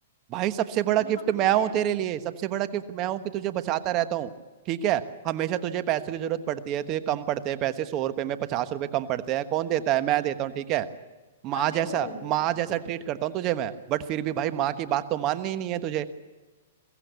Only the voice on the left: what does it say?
तूने
कभी
दिए
हैं
अबे
ओ